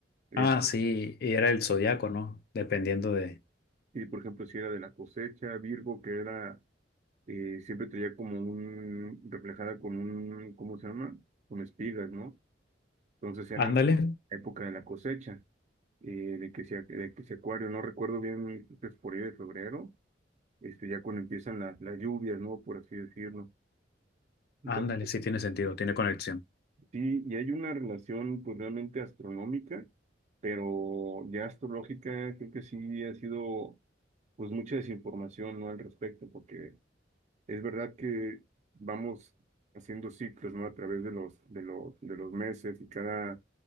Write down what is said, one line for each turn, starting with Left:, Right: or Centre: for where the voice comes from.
Right: es,
Left: Ah, sí, y era el zodiaco, ¿no? Dependiendo de.
Right: y por ejemplo, si era de la cosecha, Virgo, que era, eh, siempre traía como un, reflejada con un, ¿cómo se llama? Con espigas, ¿no? Entonces era
Left: Ándale,
Right: la época de la cosecha, eh, de que sea, de que sea acuario, no recuerdo bien, pues por ahí de febrero, este, ya cuando empiezan la- las lluvias, ¿no? Por así decirlo. Entonces,
Left: ándale, sí tiene sentido, tiene conexión.
Right: sí, y hay una relación pues realmente astronómica, pero ya astrológica creo que sí ha sido pues mucha desinformación, ¿no? Al respecto, porque Es verdad que vamos haciendo ciclos, ¿no? A través de los, de los, de los meses y cada